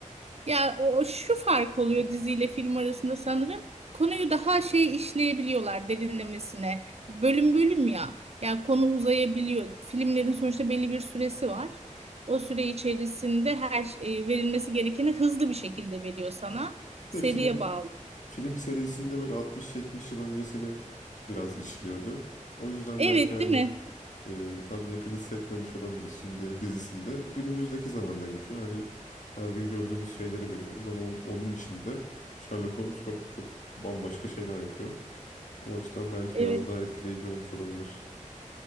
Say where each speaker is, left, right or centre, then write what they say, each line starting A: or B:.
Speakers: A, on the right (about 50°); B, on the left (about 70°).
A: Ya o o şu fark oluyor diziyle film arasında sanırım. Konuyu daha şey işleyebiliyorlar derinlemesine. Bölüm bölüm ya. Yani konu uzayabiliyor. Filmlerin sonuçta belli bir süresi var. O süre içerisinde her şey, verilmesi gerekeni hızlı bir şekilde veriyor sana. Seriye
B: Bir De film
A: bağlı.
B: Film serisinde böyle 60-70 yıl öncesini biraz işliyordu. O yüzden
A: Evet,
B: belki hani
A: değil mi?
B: e, tam yakın hissetmemiş olabiliriz. Şimdi dizisinde günümüzdeki zamanda geçiyor. Hani her gün gördüğümüz şeyleri görüyoruz ama on- onun içinde Sherlock Holmes çok çok bambaşka şeyler yapıyor. O açıdan belki
A: Evet.
B: biraz daha etkileyici olmuş olabilir.